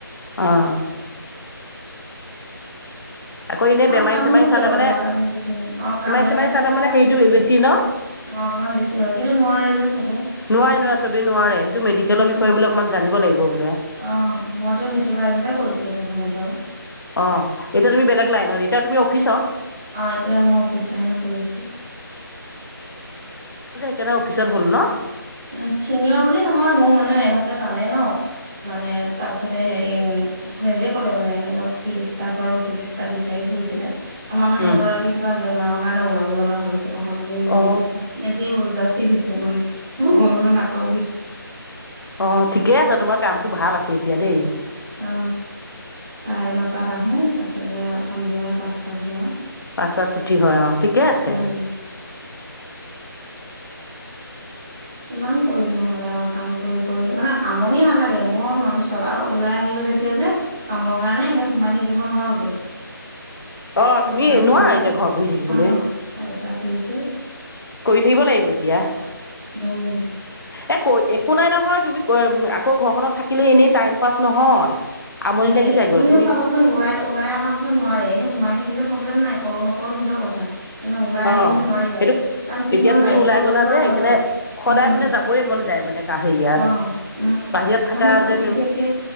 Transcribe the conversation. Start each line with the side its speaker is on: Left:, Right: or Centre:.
Left: অঁ আকৌ এনেই
Centre: আৰু
Left: বেমাৰী
Centre: কাম
Left: চেমাৰী
Centre: নো কি
Left: চালে
Centre: আৰু
Left: মানে
Centre: ঘৰত আমি যিখিনি অ কাম বেমাৰী
Left: চেমাৰী
Centre: চালে
Left: মানে
Centre: অকমান
Left: হেৰিটো
Centre: বেছি হয়
Left: ন
Centre: অ অকনমান বেছি। হেখিনি নোৱাৰে যে চবে
Left: নোৱাৰে নোৱাৰে চবেই নোৱাৰে সেইটো মেডিকেলৰ
Centre: সেইটোৱে
Left: বিষয়ে
Centre: মেন
Left: বোলে অকণমান
Centre: কথা
Left: জানিব লাগিব বোলে
Centre: অ মইতো সেইটো লাইনতে কৰিছিলো প্ৰথমতে।
Left: অ এতিয়া তুমি বেলেগ লাইনত এতিয়া তুমি অফিছত?
Centre: অ এতিয়া মই অফিচ লাইনত কৰি আছো।
Left: কেনে অফিচত হ'ল ন?
Centre: উ চিনিয়ৰ বুলি নহয় মোক মানে মেমহতে জানে ন মানে তাৰপিছতে হেৰি নিজে কলে মানে ফিল ষ্টফ আৰু অফিচ স্টফ বিচাৰি ফুৰিছিলে। আমাৰ মানে
Left: উম
Centre: এগৰাকী কিবা বেমাৰত কাৰণে ওলাব লগা হ'ল এ অসদনিয়ে মোক
Left: অ
Centre: দি দিছিল নিজে উকযাছি দিছে মানে ভগৱানৰ লাকত দিছ
Left: অ ঠিকে আছে তোমাৰ কামটো ভাল আছে এতিয়া দেই
Centre: অ চাৰে নটাত আহোঁ তাৰপিছতে সন্ধিয়া পাঁচটাত যাওঁ
Left: পাঁছটাত ছুটি হয় অ ঠিকে আছে
Centre: উম। কিমান কৰিম নহ'লে আৰু কাম কৰি কৰি মানে, আমনি নালাগে <unintelligible> ননষ্টপ আৰু ওলাই আহিলো যেতিয়া যে কামৰ কাৰণে এতিয়া সোমাই থাকি নিব নোৱাৰোতো।
Left: অ',
Centre: পইচা
Left: তুমি
Centre: চুই
Left: নোৱাৰা
Centre: চুই
Left: এতিয়া ঘৰত বহি থাকিবলৈ,
Centre: অ পইচা চুইছো
Left: কৰি থাকিব লাগিব এতিয়া।
Centre: উম।
Left: এ, কৈ একো নাই নহয়, তুমি কৈ, আকৌ ঘৰখনত থাকিলেয়ো এনেই টাইম পাছ নহয়। আমনি
Centre: সেইটোয়ে
Left: লাগি যায়গৈ
Centre: আপুনিও
Left: তুমি
Centre: চাবচোন ওলাই, ওলাই আহা পাছত নোৱাৰে এনেই সোমাই থাকিলে প্ৰব্লেম নাই, কৰোঁ, নকৰোঁ নিজৰ কথা। ওলাই
Left: অঁ
Centre: আহিলে নোৱাৰি আৰু
Left: এইটো
Centre: কাৰণ কিছুমান
Left: এতিয়া তুমি
Centre: দায়িত্ব
Left: ওলাই
Centre: লৈ
Left: গলা
Centre: লোৱা
Left: যে সেইকাৰণে
Centre: হয়, ন?
Left: সদায়
Centre: উম,
Left: মানে যাবই মন যায় মানে হেৰিয়াত
Centre: অ', উম,
Left: বাহিৰত থাকা
Centre: নহয়
Left: যে
Centre: বিশেষকে,